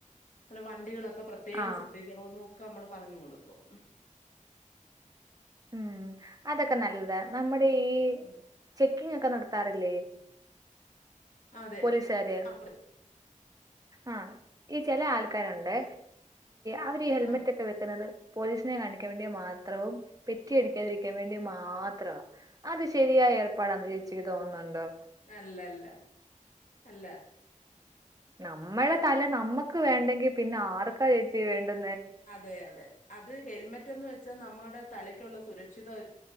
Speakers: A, on the left; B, on the right.
A: അല്ല വണ്ടികളൊക്കെ ഒ പ്രത്യേകം
B: ആ
A: ശ്രദ്ധിക്കണം ഒക്കെ നമ്മള് പറഞ്ഞു കൊടുക്കും
B: ഉം അതൊക്കെ നല്ലതാ നമ്മുടെ ഈ
A: അതെ
B: ചെക്ക് ങ്ങൊക്കെ നടത്താറില്ലേ.
A: ആ അതെ
B: പോലീസുകാര്
A: ആ
B: ആ ഈ ചില ആൾക്കാരുണ്ടെ അവരീ ഹെൽമെറ്റൊക്കെ
A: ആ
B: വെക്കുന്നത് പോലീസിനെ കാണിക്കാൻ വേണ്ടി മാത്രവും പെറ്റി അടിക്കാതിരിക്കാൻ വേണ്ടി മാത്രവാ. അത് ശരിയായ ഏർപ്പാടന്ന് ചേച്ചിക്ക് തോന്നുന്നുണ്ടോ?
A: അല്ല അല്ല അല്ല.
B: നമ്മളെ തല നമ്മുക്ക് വേണ്ടെങ്കിൽ പിന്നെ ആർക്കാ ചേച്ചി വേണ്ടത്.
A: അതെ അതെ അത് ഹെൽമെറ്റ് എന്ന് വെച്ചാ നമ്മുടെ തലക്കുള്ള സുരക്ഷിത